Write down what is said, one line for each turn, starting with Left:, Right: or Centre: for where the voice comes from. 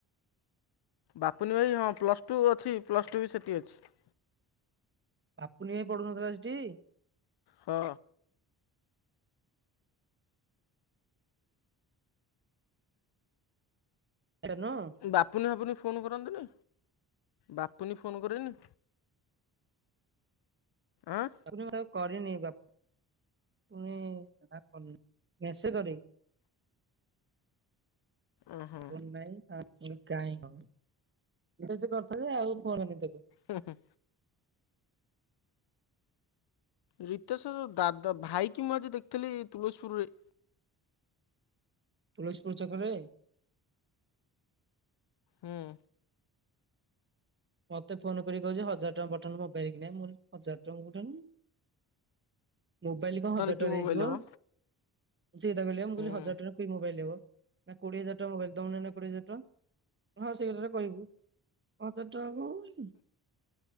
Left: ପାପୁନି ଭାଇ ହଁ ପ୍ଲସ୍ ଟୁ ଅଛି ପ୍ଲସ୍ ଟୁ ବି ସେଠି ଅଛି।
Right: ବାପୁନି ଭାଈ ପଡୁନଥିଲା ସେଠି।
Left: ହଁ।
Right: ନୁହଁ
Left: ବାପୁନି ଫାପୁନି ଫୋନ କରନ୍ତନି ବାପୁନି ଫୋନ କରେନି? ଆଁ
Right: ବାପୁନି ବା କରିନି ବାପ ପୁନି ନା କରନି ମେସେଜ କରେଇ।
Left: ଓହୋ
Right: ଫୋନ ନାଇ ଆଁ କାହିଁ ଙ୍କ ଇଣ୍ଟର୍ନସିପ୍ କରୁଥିଲି ଆଉ <unintelligible> ତାକୁ।
Left: ହୁଁ। ରୀତେଶ ଦାଦା ଭାଇ କି ମୁଁ ଆଜି ଦେଖିଥିଲି ତୁଳସୀପୁରରେ।
Right: ତୁଳସୀପୁର ଛକରେ?
Left: ହୁଁ।
Right: ମତେ ଫୋନ କରି କହୁଛି ହଜାର ଟଙ୍କା ପଠଉନୁ ମୋବାଇଲ କିଣିବା ମୁଁ କହିଲି ହଜାର ଟଙ୍କା ମୁଁ କୋଉଠୁ ଆଣିବି। ମୋବାଇଲ କଣ ହଜାର
Left: କି
Right: ଟଙ୍କାରେ
Left: ମୋବାଇଲ୍
Right: ହେଇଯିବ?
Left: ହବ
Right: ସେଇଟା କହଲି ଆ ହଜାର
Left: ହୁଁ
Right: ଟଙ୍କା ରେ କି ମୋବାଇଲ ହେବ। ନା କୋଡିଏ ହଜାର ଟଙ୍କା ମୋବାଇଲ ଦଉନ ଏଇନା କୋଡିଏ ହଜାର ଟଙ୍କା ହଁ ସେଇ କଥାଟା କହିବୁ। ହଜାର ଟଙ୍କା କଣ ମୋବାଇଲ।